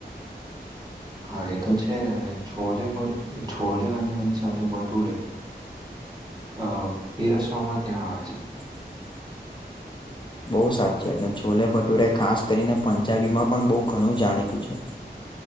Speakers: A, on the right (about 25°); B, on the left (about 25°).
A: હા એ તો છે અને છોલે ભ છોલે અને એની સાથે ભટુરે અ પીરસવામાં ત્યાં આવે છે.
B: <inaudible> બહુ સાચી ને છોલે ભટુરે ખાસ કરીને પંજાબી માં પણ બઉ ઘણું જાણીતું છે. <inaudible>